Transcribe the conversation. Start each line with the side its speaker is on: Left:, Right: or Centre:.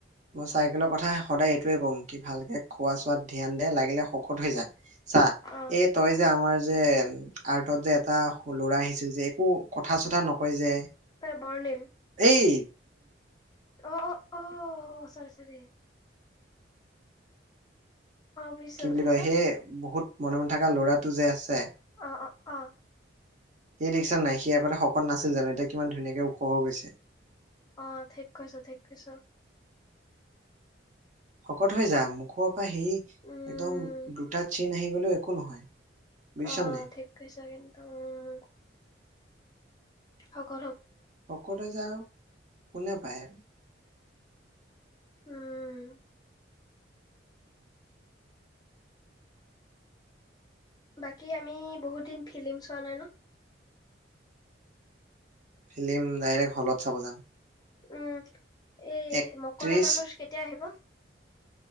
Right: বাছ চাইকেলৰ কথা সদায় এইটোৱে ক'ম, কি ভালকৈ খোৱা চোৱাত ধ্যান দিয়া লাগিলে শকত হৈ যোৱা। চা
Left: অ
Right: এই তই যে আমাৰ যে আৰ্টত যে এটা ল'ৰা আহিছিল যে একো কথা চথা নকয় যে
Left: এ বৰ্ণিল
Right: এই
Left: অ অ অ অ চাৰ চাৰ বুজিছো
Right: কি বুলি
Left: তাৰপিছত
Right: কয় সেই বহুত মনে মনে থকা ল'ৰা টো যে আছে
Left: অ অ অ
Right: সেই ৰিক্সা নাই সি আগতে শকত নাছিল জানো এতিয়া কিমান ধুনীয়াকে ওখ হৈ গৈছে
Left: অ ঠিক কৈছ ঠিক কৈছ
Right: শকত হৈ যাম মুখত সি
Left: উম
Right: একদম দুটা চীন আহি গলে একো নহয় বুজিছা
Left: আহ
Right: নে নাই
Left: ঠিক কৰিৈছে কিন্তু উ অ ক
Right: অকলে যাও কোনে পাই আৰু
Left: উম বাকী আমি বহুত দিন ফিল্ম চোৱা নাই নহ
Right: ফিল্ম ডাইৰেক্ট হলত চাব যাম।
Left: উম এই
Right: একত্ৰিশ
Left: মকৰা মানুচ কেতিয়া আহিব?